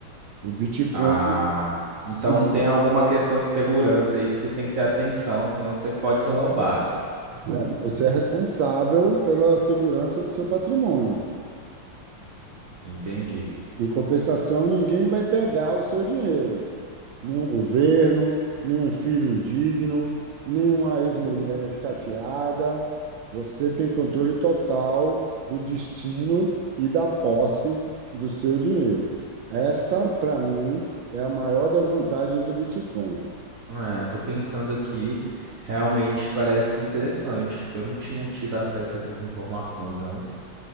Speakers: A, on the right; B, on the right.
A: O Bitcoin,
B: Ah, então
A: se você,
B: tem alguma questão de segurança aí que você tem que ter atenção, que senão você pode ser roubado.
A: é, você é responsável pela segurança do seu patrimônio.
B: Entendi.
A: Em compensação, ninguém vai pegar o seu dinheiro. Nenhum governo, nenhum filho indigno, nenhuma ex-mulher chateada. Você tem controle total do destino e da posse do seu dinheiro. Essa, para mim, é a maior das vantagens do Bitcoin.
B: É, tô pensando aqui, realmente parece interessante, porque eu não tinha tido acesso a essas informações antes,